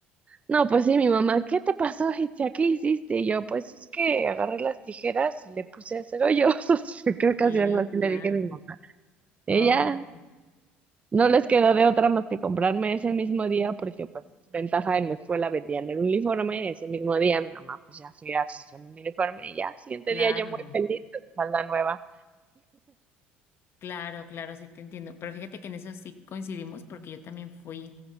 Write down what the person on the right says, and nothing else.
No, pues sí, mi mamá, ¿qué te pasó, Itzia? ¿Qué hiciste? Y yo, pues es que agarré las tijeras y le puse a hacer hoyos. <laughs> Creo que
así algo así
le dije a mi mamá.
Ella no les quedó de otra más que comprarme ese mismo día, porque pues ventaja en la escuela vendían el uniforme. Ese mismo día mi mamá pues ya fui a hacer mi uniforme y ya, al siguiente
día yo muy feliz, con falda nueva.